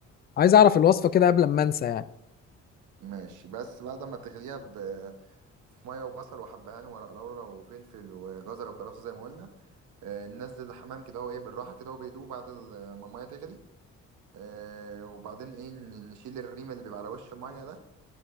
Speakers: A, on the left; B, on the right.
A: وعايز اعرف الوصفه كده قبل ما انسى يعني
B: ماشي بس بعد ما تغليها ب... في ميه وبصل وحبهان وورق لورا وفلفل وجزر وكرفس زي ما قلنا آه، ننزل الحمام كده هو ايه بالراحه كده هو بيدوب بعد ال- ما الميه تغلي آه، وبعدين ايه ن- نشيل الريم اللي بيبقى على وش الميه ده